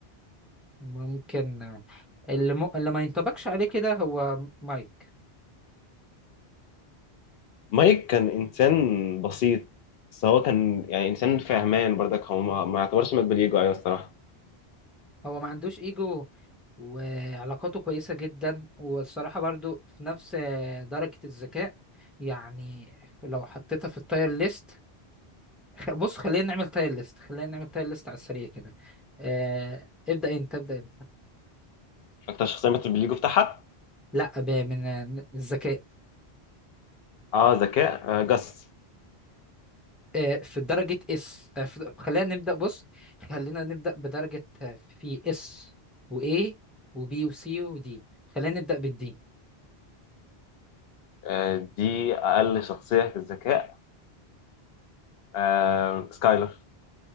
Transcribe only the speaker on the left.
مايك كان انسان بسيط بس هو كان يعني انسان فهمان برضك هو ما ما يعتبرش مات بالايجو ايوه الصراحه
اكتر شخصيه ماتت بالايجو بتاعها
اه ذكاء آه جاس
آه، دي اقل شخصيه في الذكاء آه، سكايلر